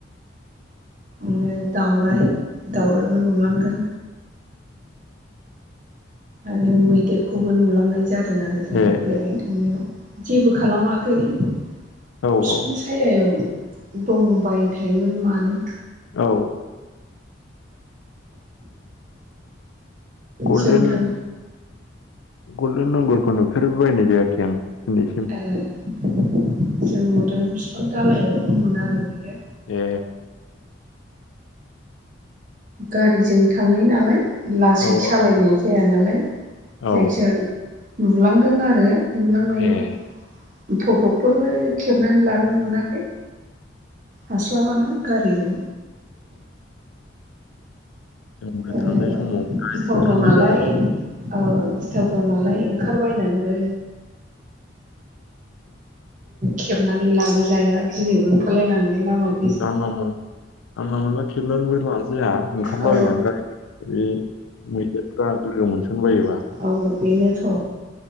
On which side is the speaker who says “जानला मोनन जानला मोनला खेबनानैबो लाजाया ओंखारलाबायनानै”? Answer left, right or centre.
Left